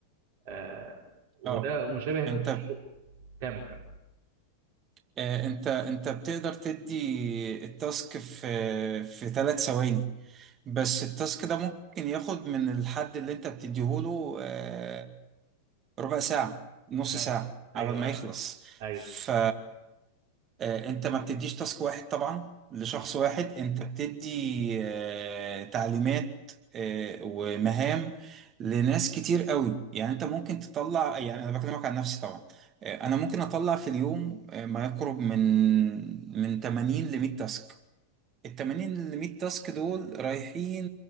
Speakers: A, on the right; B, on the right.
A: آه، وده
B: اه
A: مشابه في
B: انت
A: شو- كم كم
B: آه، انت انت بتقدر تدي التاسك في في ثلاث ثواني بس التاسك ده ممكن ياخد من الحد اللي انت بتديهوله آه، ربع ساعة نص
A: ايوه
B: ساعة
A: ايوه
B: قبل ما
A: ايوه
B: يخلص
A: ايوه
B: ف آه، انت ما بتديش تاسك واحد طبعا لشخص
A: مم.
B: واحد انت بتدي آه، تعليمات آه، ومهام لناس كتير قوي يعني انت ممكن تطلع يعني انا بكلمك عن نفسي طبعا آه، انا ممكن اطلع في اليوم آه، ما يقرب من من 80 ل 100 تاسك ال 80 ل 100 تاسك دول رايحين